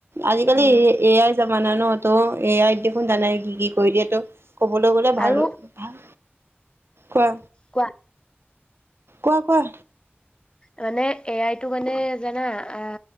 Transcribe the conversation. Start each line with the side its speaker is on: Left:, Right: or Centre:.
Right: আজিকালি
Left: উম
Right: এ এয়াই যামানা ন তো এয়াত দেখোন যানাই কি কি কৰি দিয়েতো ক'বলৈ গ'লে ভালো
Left: আৰু
Right: ভাল কোৱা
Left: কোৱা
Right: কোৱা কোৱা
Left: মানে এ আই ত টো মানে জানা আ